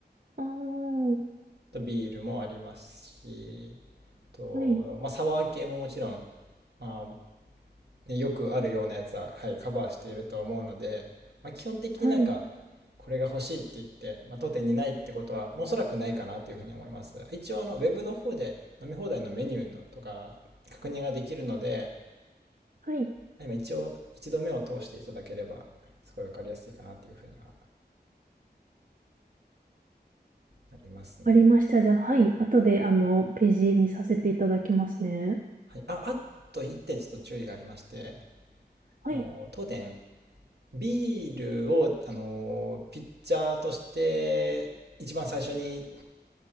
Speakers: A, on the right; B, on the right.
A: あー、
B: とビールもありますし、あと、
A: はい、
B: まあ、サワー系ももちろん、まあ、ねよくあるようなやつは、はい、カバーしていると思うので、まあ、基本的になんか
A: はい、
B: これが欲しいって言って、まあ、当店にないってことは、おそらくないかなというふうに思います。一応あのウェブの方で飲み放題のメニューのとか確認ができるので、
A: はい。
B: まあ今一応一度目を通していただければすごい分かりやすいかなというふうにはなりますね。
A: ありました。じゃあ、はい。後で、あの、ページ見させていただきますね。
B: はい、ああと1点ちょっと注意がありまして
A: はい、
B: あの当店ビールをあのピッチャーとして一番最初に